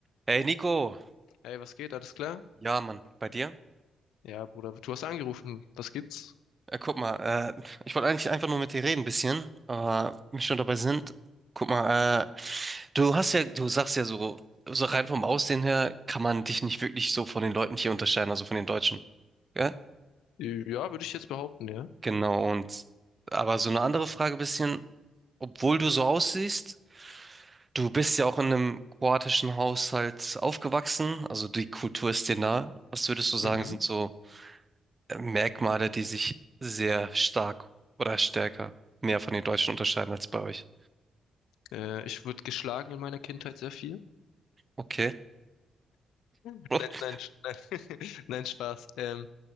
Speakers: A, on the right; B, on the left.
A: Hey Nico,
B: Hey, was geht? Alles klar?
A: ja Mann, bei dir?
B: Ja, Bruder, du hast angerufen. Was gibt's?
A: Äh, guck mal, äh, ich wollte eigentlich einfach nur mit dir reden ein bisschen, aber wenn wir schon dabei sind, guck mal, äh, du hast ja, du sagst ja so, so rein vom Aussehen her kann man dich nicht wirklich so von den Leuten hier unterscheiden, also von den Deutschen. Ja?
B: Ja, würde ich jetzt behaupten, ja.
A: Genau, und aber so eine andere Frage bisschen, obwohl du so aussiehst, du bist ja auch in einem kroatischen Haushalt aufgewachsen, also die Kultur ist dir nah. Was würdest du sagen,
B: Mhm.
A: sind so Merkmale, die sich sehr stark oder stärker mehr von den Deutschen unterscheiden als bei euch.
B: Äh, ich wurde geschlagen in meiner Kindheit sehr viel.
A: Okay.
B: Nein,
A: <laughs> Uff.
B: nein, Sch- <laughs> nein, Spaß. Ähm,